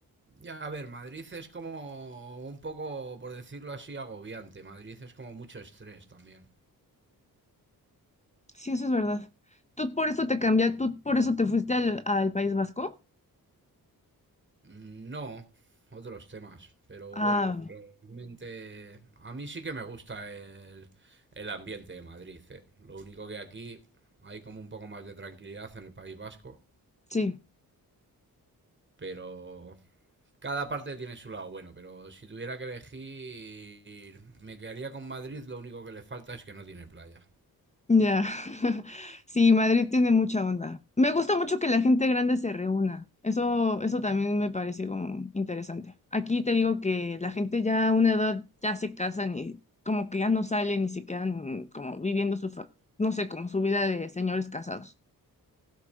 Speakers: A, on the right; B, on the left.
A: Ya, a ver, Madrid es como un poco, por decirlo así, agobiante. Madrid es como mucho estrés también.
B: Sí, eso es verdad. ¿Tú por eso te cambiaste, tú por eso te fuiste al, al País Vasco?
A: No, otros temas, pero
B: Ah,
A: bueno, realmente a mí sí que me gusta el, el ambiente de Madrid, eh. Lo único que aquí hay como un poco más de tranquilidad en el País Vasco,
B: sí.
A: pero cada parte tiene su lado bueno, pero si tuviera que elegir, me quedaría con Madrid, lo único que le falta es que no tiene playa.
B: Ya, <laughs> sí, Madrid tiene mucha onda. Me gusta mucho que la gente grande se reúna. Eso, eso también me parece como interesante. Aquí te digo que la gente ya a una edad ya se casan y como que ya no salen y se quedan como viviendo su, fa- no sé, como su vida de señores casados.